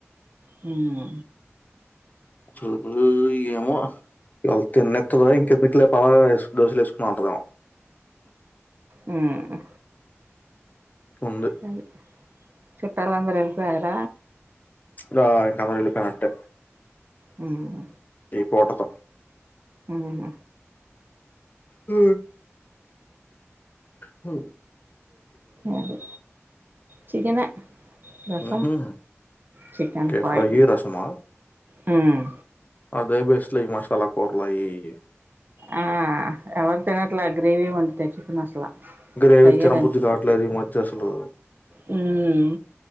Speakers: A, on the right; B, on the left.
A: హ్మ్
B: <unintelligible> ఏమో <unintelligible> పాగా ఏస్ దోశలు వేస్తున్నావ్ అంటదేమో
A: ఊ మ్మ్
B: ఉంది
A: అ చుట్టాలు అందరు వెళ్ళిపోయార?
B: డా ఇంక అందరూ వెళ్ళిపోయినట్టే
A: హ్మ్
B: ఈ పుటతో
A: హ్మ్
B: ఆ ఓ
A: అది చికనే రసం
B: ఉహుం,
A: చికెన్
B: ఓకే
A: ఫ్రై
B: రసమా
A: హ్మ్
B: అదే బెస్ట్ లే ఈ మాషాలకుర్లు అయి ఈ
A: ఆ ఎవరు తినట్లే గ్రేవి వండితే చికెన్ అసలా
B: గ్రేవీ
A: ఫ్రైయే
B: తినబుద్ది కావట్లేదు ఈ మధ్య అస్ హలో
A: హ్మ్